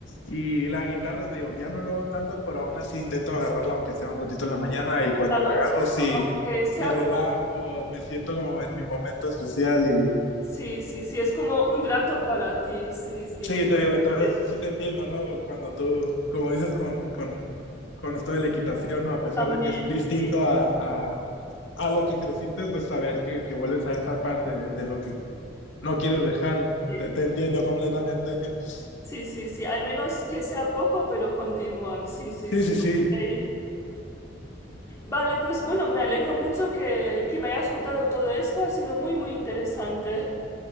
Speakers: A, on the left; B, on the left.
A: Y la guitarra, te digo, ya no lo hago tanto, pero aún así intento agarrarla aunque sea un ratito en la mañana y cuando
B: Claro,
A: la agarro
B: exacto.
A: sí
B: aunque sea
A: me relajo,
B: como
A: me siento como en mi momento especial y
B: Sí, sí, sí, es como un rato para ti, sí, sí.
A: sí, te digo, entonces
B: Cierto.
A: sí te entiendo, ¿no? Cuando tú, como dices con, con, con esto de la equitación, ¿no? A pesar
B: También,
A: de que es distinto
B: sí,
A: a, a, a lo que creciste, pues saber que, que vuelves a esa parte de, de lo que no quieres dejar.
B: sí,
A: Te, te entiendo completamente. <laughs>
B: sí, sí, sí, al menos que sea poco, pero continuar, sí, sí,
A: Sí,
B: sí.
A: sí, sí.
B: ok. Vale, pues bueno, me alegro mucho que, que me hayas contado todo esto, ha sido muy, muy interesante.